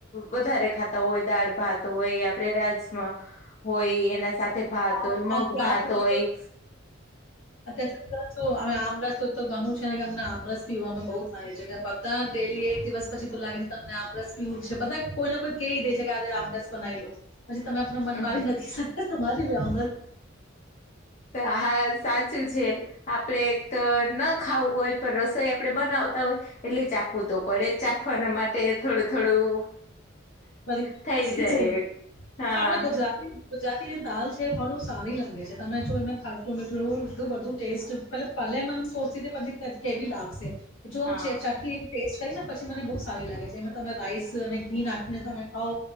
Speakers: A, on the left; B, on the left.
A: વધારે ખાતા હોય, દાળ ભાત હોય આપડે રાજમાં હોય, એના સાથે ભત
B: આ
A: હોય,
B: આ
A: મગ
B: ત્યાં
A: ભાત
B: સુધી
A: હોય.
B: તો અમે આમરસ તો તો ઘણું છે કે, અમને આમ રસ પીવાનું બઉ થાય છે ધા ડેલી એક દિવસ પછી તો લાગી તમને આમરસ પીવું છે, બધા કોઈને કોઈ કહી દે છે કે આજે આમ રસ બનાવી લો. પછી તમે આપને મન
A: હમ
B: મારી નથી શકતા તમારીમ
A: ત હા સાચ છે. આપડે ના ખાવું હોય પણ રસોઈ આપડે બનાવતા હોય, એટલે ચાખવું તો. પડે ચાખવાના માટે થોડું થોડું
B: ફરી
A: થઈ જાય, હા.
B: તમને ગુજરાતી ગુજરાતી જે દાલ છે ભણું સારી લાગે છે તમે જો એને ખાટું મીઠું બધું ટેસ્ટ પ પલે મને સોચતી પછી કેવી લાગશે? જો
A: હા
B: ચાખી એ ટેસ્ટ કરીને પછી મને બહુ સારી લાગે છે એમાં તમે રાઈસ અને ઘી નાખી એ તમે ખાવ,